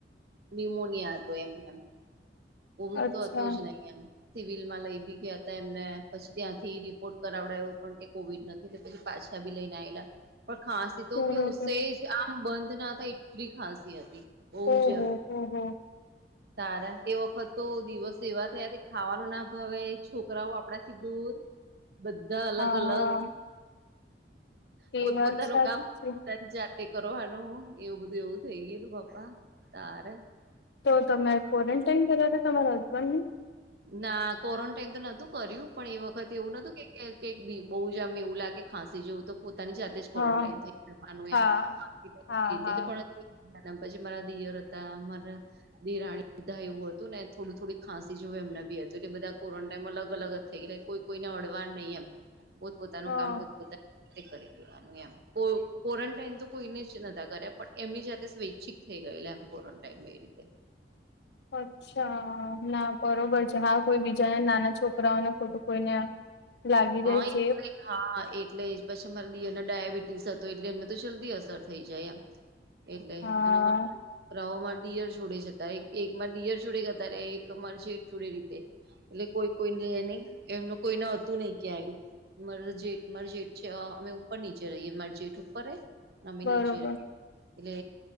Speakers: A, on the right (about 60°); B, on the left (about 70°).
A: ન્યુમોનિયા હતો એમને એમ કોવિડ
B: અચ્છા
A: તો હતો જ નહીિ એમ સિવિલ માં લઈ બી ગયા હતા એમને પછી ત્યાંથી રિપોર્ટ કરાવડ્યા એવું પણ કે કોવિડ નથી એલે પછી પાછા ભી લઈને આવેલા પણ ખ તો
B: બરોબર
A: કે ઉસે જ આમ બંધ ના થાય એટલી ખાંસી હતી બહુ
B: ઓહ
A: જ
B: હ
A: એમ
B: હ
A: <inaudible> તારા એ વખત તો દિવસ એવા થયા તે ખાવાનું ના ભાવે છોકરાઓ આપડા થી દૂર બધા અલગ
B: હા
A: અલગ
B: હા
A: પોતપોતાનું
B: એ વાત સાચી
A: કામ
B: છે.
A: તે કરવાનું એવું બધું એવું થઇ ગયેલું પાપા તારે
B: તો તમે ક્વોરન્ટાાઈન કર્યા હતા તમારા હસબન્ડ ને
A: ના ક્વોરન્ટાાઈન તો નહોતું કર્યું પણ એ વખત એવું નતું કે બહુ જમ એવું લાગે ખાંસી જવું તો પોતાની જાત ક્વોરન્ટાઈન
B: હા
A: થ જવાનું
B: હા
A: એમ
B: હા
A: રીતે
B: હા
A: પછી મારા દિયર હતા મારા ધિરાણી બધા એવું હતું ને થોડું, થોડી ખાંસી. જો એમને બી હતો એટલે બધા કોરોન્ટાાઈમ અગ અલગ જ થઈ એટલે કોઈ કોઈને અડવાર નહીં, એમ પોતપોતાનું
B: હા
A: કામ પોતપોતા કરી દેવાનું એમ ક્વોરન્ટાાઈન તો કોઈને જ ન કર્યા પણ એમની જા સ્વૈચ્છિક થઈ ગયેલા, એમ ક્વોરન્ટાાઈન રીતે
B: અચ્છા ના બરોબર છે હા કોઈ બીજાના નાના છોકરાઓને ખોટું કોઈને, લાગી જાય
A: હઈ
B: છે
A: હા એટલે પછી અમારા દિયરને ડાયાબિટીસ હતો એટલે એમને તો જલ્દી અસર થઈ જાય એમ એટલે
B: હા
A: અને મન રોવો માં દિયર છોડે જતા એક એકમા દિયર જોડે ગતા ને એક મા છેઠ છોડે રીતે એટલે કોઈ કોઈને ની એમનું કોઈ ના હતું નહી ક્યાંય મર જે માર જેટ છે, અ અમે ઉપર નીચે રહીએ માર જેટ ઉપર રેય અમે
B: બરોબર
A: નીચે એટલે